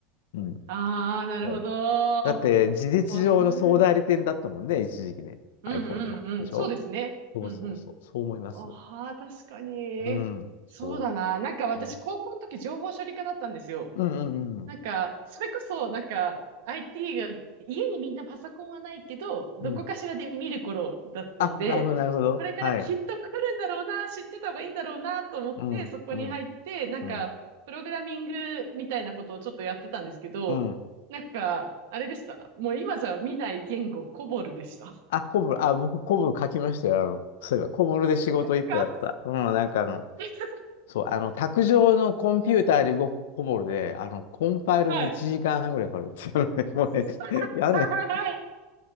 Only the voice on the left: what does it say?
うん。
そう。だって、事実上の総代理店だったもんね、
一時期ね。
iPhone の。
でしょ
そうそうそう。
そう思います。
うん。
そ
う。うん
うんうんうん。
うん。あ、なるほど、なるほど。
はい。
うん、
うん、
うん、
うん。
あ、コブ、あ、僕、コブ書きましたよ。あの、そういえば、コブルで仕事一個やった。
うん、なんかあの、
そう、あの、卓上のコンピューターで動くコブルで、あの、コンパイルに1時間半ぐらいかかるっていうのね、
もうね、
<laughs> やね、